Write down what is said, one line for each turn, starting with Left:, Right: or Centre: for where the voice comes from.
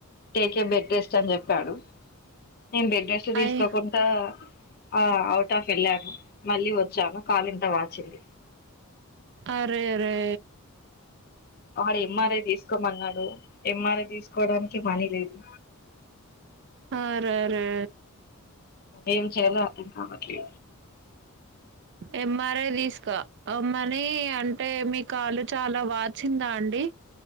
Left: టేక్ ఏ బెడ్ రెస్ట్ అని చెప్పాడు నేను బెడ్ రెస్ట్
Right: అయ్
Left: తీసుకోకుండా ఆ అవుట్ ఆఫ్ వెళ్ళాను మళ్ళీ వచ్చాను కాలింత వాచింది
Right: అరే రే
Left: వాడ ఎంఆర్ తీసుకోమన్నాడు ఎం ఎంఆర్ఐ తీసుకోవడానికి మనీ లేదు
Right: అరే రే
Left: ఏం చేయాలో అర్థం కావట్లే
Right: ఎంఆర్ఐ తీసుక అ మనీ అంటే మీ కాలు చాలా వాచిందా అండి